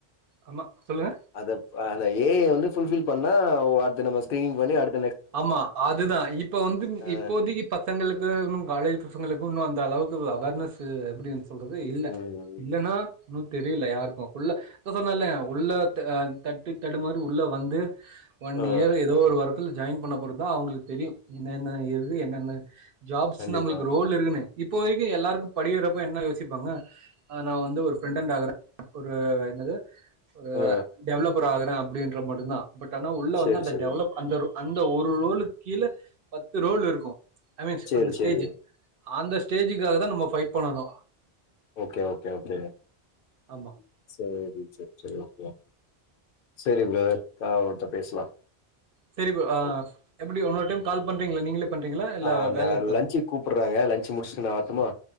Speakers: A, on the right (about 60°); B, on the left (about 65°).
A: ஆமா சொல்லுங்க
B: அத அந்த ஏ ஐ வந்து ஃபுல்பில் பண்ணா அடுத்த நம்ம ஸ்கிரீன் பண்ணி அடுத்
A: ஆமா அதுதா இப்ப வந்து
B: அ
A: இப்போதைக்கி பசங்களுக்கு இன்னும் காலேஜ் பசங்களுக்கு இன்னு அந்த அளவுக்கு அவர்னஸ்சு எப்புடினு சொல்றது இல்ல
B: ம்
A: இல்லன்னா நூத் தெரியல யாருக்கு உள்ள சொன்னல உள்ள த தட்டு தடுமாரி உள்ள வந்து ஒன்
B: ஆ
A: இயர் எதோ ஒரு வாரத்தில் ஜாயின் பண்ண போறதுதா அவுங்களுக்கு தெரியும் என்னென்ன இரு என்னென்ன ஜாப்ஸ்
B: கண்டிப்பா
A: நம்மளுக்கு ரோல் இருக்குனு இப்போ வரைக்கும் எல்லாருக்கும் படிக்கிறப்ப என்ன யோசிப்பாங்க ஆ நா வந்து ஒரு ஃப்ரெண்டன்டா ஆகறே ஒரு என்னது ஒரு
B: ஆ
A: டெவலப்பர் ஆகுறே அப் அப்டின்ற மட்டுந்தா பட் ஆனா உள்ள
B: சேரி
A: வந்து அந்த
B: சேரி
A: டெவலப் அந்த ரோ அந்த ஒரு ரோலுக் கீழ பத்து ரோல் இருக்கும் ஐ மீன்ஸ்
B: சேரி
A: அந்த ஸ்டேஜ்
B: சேரி
A: அந்த ஸ்டேஜுக்காக தா நம்ம ஃபைட் பண்ணணு
B: ஓகே ஓகே ஓகே
A: ஆமா
B: சேரி சேரி சேரி ஒ செரி ஃப்ரதர் அவர்ட்ட பேசலா
A: சரி ப்ரோ அ
B: ஓ
A: எப்புடி ஒன்னொரு டைம் கால் பண்றீங்களா நீங்களே பண்றீங்களா இல்ல
B: அ அந்த
A: வேல இருக்கா
B: லன்ஞ்சுக்கு கூப்புர்றாங்க லன்ஞ்சு முடிச்சுட்டு நா வரட்டுமா